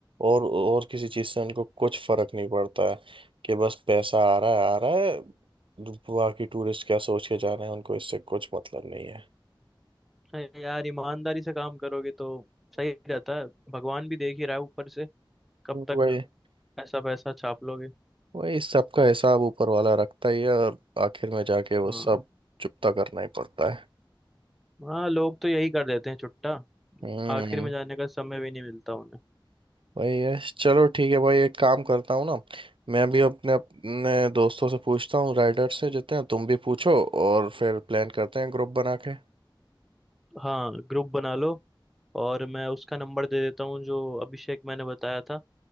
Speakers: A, on the right; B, in the centre.
A: और और किसी चीज़ से उनको कुछ फर्क नहीं पड़ता है कि बस पैसा आ रहा है आ रहा है बाकी टूरिस्ट क्या सोच के जा रहे हैं उनको इससे कुछ मतलब नहीं है
B: अरे यार ईमानदारी से काम करोगे तो सही रहता है भगवान भी देख ही रहा है ऊपर से कब
A: वही
B: तक ऐसा पैसा छाप लोगे
A: वही सबका हिसाब ऊपर वाला रखता ही है और आखिर में जाके वो
B: हाँ
A: सब चुकता करना ही पड़ता है
B: हाँ लोग तो यही कर देते हैं छुट्टा
A: हम्म
B: आखिर में जाने का समय भी नहीं मिलता उन्हें
A: भाई यस चलो ठीक है भाई एक काम करता हूँ ना मैं भी अपने अपने दोस्तों से पूछता हूँ राइडर से जितने हैं तुम भी पूछो और फिर प्लान करते हैं ग्रुप बना के
B: हाँ ग्रुप बना लो और मैं उसका नंबर दे देता हूँ जो अभिषेक मैंने बताया था